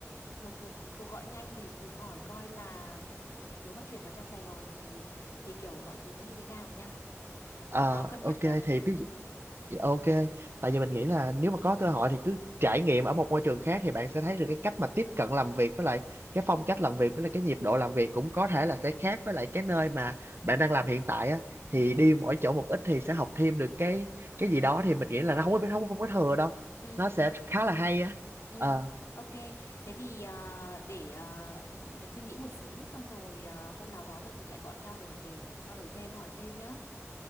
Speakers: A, on the left (about 90°); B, on the right (about 50°).
A: một một cuộc gọi nhanh để thử hỏi coi là nếu mà chuyển vào trong Sài Gòn thì thì kiểu mọi thứ nó như thế nào nha.
B: ờ
A: Cũng có cân
B: ok
A: nhắc đó.
B: thì ví
A: Ừ
B: Dạ, ok tại vì mình nghĩ là nếu mà có cơ hội thì cứ trải nghiệm ở một môi trường khác thì bạn sẽ thấy được cái cách mà tiếp cận làm việc với lại cái phong cách làm việc với lại cái nhịp độ làm việc cũng có thể là sẽ khác với lại cái nơi mà bạn đang làm hiện tại á thì
A: ừ
B: đi mỗi chỗ một ít thì sẽ học thêm được cái cái gì đó thì mình nghĩ là nó không có không không có thừa đâu
A: ừ
B: nó
A: ừ.
B: sẽ
A: ừ.
B: khá là hay á
A: Ừ,
B: ờ
A: ok. Thế thì à, để à, mình suy nghĩ một xíu xong rồi à, hôm nào đó tụi mình lại gọi nhau để để trao đổi thêm, hỏi thêm nhá.